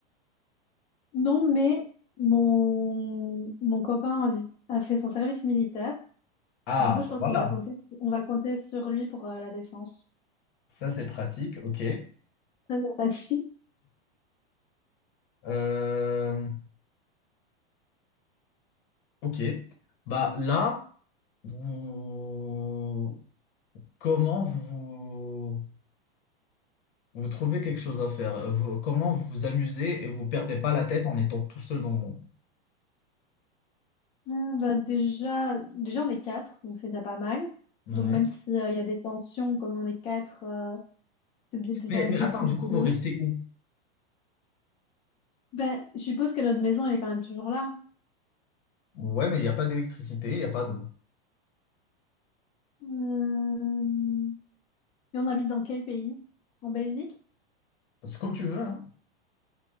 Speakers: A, on the left (about 20°); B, on the left (about 50°).
A: non mais mon mon copain a fait son service militaire.
B: Ah,
A: Du coup je
B: bah
A: pense
B: voilà,
A: qu'on va compter on va compter sur lui pour euh, la défense.
B: ça c'est pratique, ok.
A: Ça c'est pratique.
B: Euh, ok. Bah là, vous... comment vous... Vous trouvez quelque chose à faire. Euh, vous- comment vous vous amusez et vous perdez pas la tête en étant tout seul dans le monde.
A: Euh, bah, déjà, déjà, on est quatre, donc c'est déjà pas mal.
B: Ouais.
A: Donc même s'il y a des tensions, comme on est quatre, euh, c'est bien déjà
B: Mais,
A: mieux
B: mais attends,
A: que
B: du
A: deux.
B: coup, vous restez où?
A: Ben, je suppose que notre maison, elle est quand même toujours là.
B: Ouais, mais il n'y a pas d'électricité, il n'y a pas d'eau.
A: Euh, Et on habite dans quel pays? En Belgique?
B: C'est comme tu veux, hein.